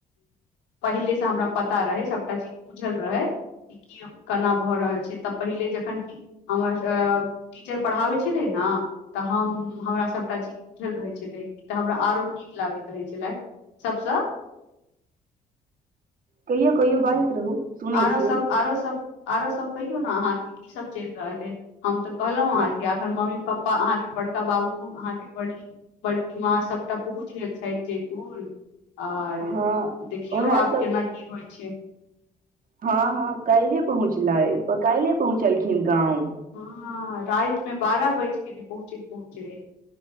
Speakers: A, on the left; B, on the right.
A: पहिलेसँ हमरा पता रहै सभटा चीज बुझल रहै की केना भऽ रहल छै तऽ पहिले जखन हमर टीचर पढ़ाबै छलै ने तऽ हम हमरा सभटा चीज बुझल रहै छलै कि तऽ हमरा आरो नीक लागैत रहै छलै सभसँ
B: कहियो कहियो बाजैत रहू सुनै
A: आरो
B: छियै
A: सभ आरो सभ आरो सभ कहियौ ने अहाँके कीसभ चलि रहल अइ हम तऽ कहलहुं
B: हँ
A: अहाँके अखन मम्मी पप्पा अहाँके बड़का बाबू अहाँके बड़ी बड़की माँ सभटा पहुँच गेल छथि जयपुर आर
B: हँ
A: देखियौ
B: उएह
A: आब
B: सब
A: केना की होइ छै
B: हँ हँ काल्हि पहुँचलै काल्हि पहुँचलखिन गाँंव
A: हँ रातिमे बारह बाजि गेल पहुँचैत पहुँचैत